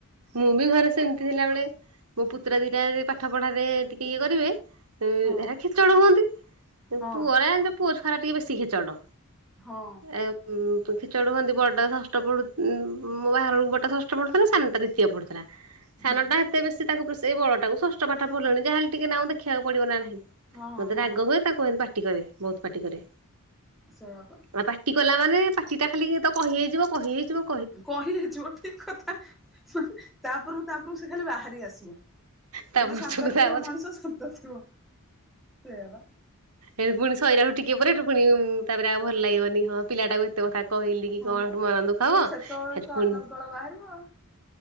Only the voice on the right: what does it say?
ମୁଁ ବି ଘରେ ସେମିତି ଥିଲାବେଳେ ମୋ ପୁତୁରା ଦିଟା ଯଦି ପାଠ ପଢାରେ ଟିକେ ଇଏ କରିବେ ଅ,
ଏରା ଖେଚଡ ହୁଅନ୍ତି, ଏ
ପୁଅରା ଏମତି ପୁଅ ଛୁଆରା ଟିକେ ବେଶୀ ଖେଚଡ।
ଏ ଉଁ, ତ ଖେଚଡ ହୁଅନ୍ତି, ବଡାଟା ଷଷ୍ଠ ପଢୁ ଉଁ, ମୋ ବାହାଘର ବେଳକୁ ବଡଟା ଷଷ୍ଠ ପଢୁଥିଲା। ସାନଟା ଦି ତୀୟ ପଢୁଥିଲା, ସାନଟା
ଏତେ ବେଶୀ ତାକୁ ପ୍ର ସେଇ ବଡଟାକୁ ଷଷ୍ଠ ପାଠ ପଢିଲାଣି ଯାହେଲେ ଟିକେ ନାଉ ଦେଖିବାକୁ ପଡିବ ନାହିଁ।
ମୋତେ
ରାଗ ହୁଏ ତାକୁ ଏମତି ପାଟି କରେ, ବହୁତ ପାଟି କରେ।
ଆଉ ପାଟି କଲା ମାନେ ପାଟି ଟା ଖାଲି ତ କହି ହେଇଯିବ, କହି ହେଇଯିବ।
ତା
ପଛକୁ
ତା
ପଛ
ଏ ପୁଣି ସଇଲା ଟିକେ ପରେ ଏଠୁ ପୁଣି ତାପରେ ଆଉ ଭଲ ଲାଗିବନି, ହଁ ପିଲାଟାକୁ ଏତେ କଥା କହିଲି
କି କଣ ହେଠୁ
ମନ ଦୁଃଖ ହବ।
ହେଠୁ ପୁଣ